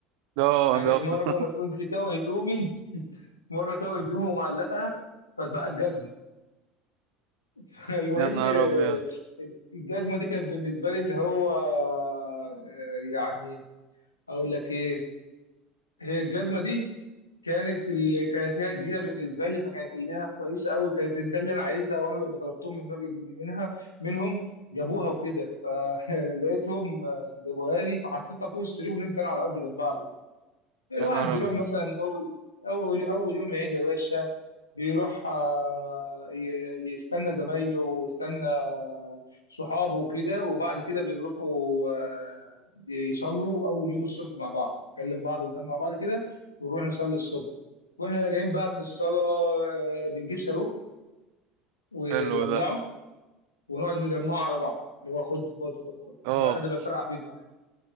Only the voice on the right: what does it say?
ده آه،
ده
أفضل.
<laughs> يا نهار
ابيض
يا نهار
ابيض
حلو ده
اه